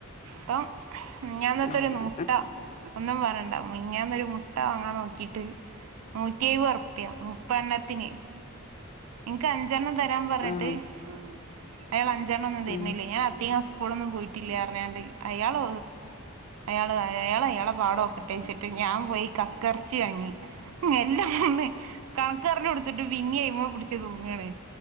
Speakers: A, on the right; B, on the left.
A: ഇപ്പം മെഞ്ഞത്തെരു
B: ആഹ്
A: മുട്ട ഒന്നും പറയണ്ട മിഞ്ഞാന്ന് ഒര് മുട്ട വാങ്ങാൻ നോക്കി ട്ട് നൂറ്റിയെഴുവ റുപ്പ്യ മുപ്പെണ്ണത്തിന് ഇൻക്ക് അഞ്ചെണ്ണം തരാൻ പറഞ്ഞിട്ട്
B: ആഹ്
A: ഉം അയാൾ അഞ്ചെണ്ണം ഒന്നും തരുന്നില്ല
B: ഉം
A: ഞാൻ അധികം സ് സ്കൂളൊന്നും പോയിട്ടില്ല്യ പറഞ്ഞാണ്ട് അയാള് അയാള് അയാൾ അയാളെ പാട് ഓക്കട്ടേ വെച്ചിട്ട് ഞാൻ പോയി കക്ക എറച്ചി വാങ്ങി. എല്ലാം ഒന്ന് കണക്ക് പറഞ്ഞ് കൊടുത്തിട്ട് പിന്നേ അയ്മെ പിടിച്ച് തൂങ്ങാണ്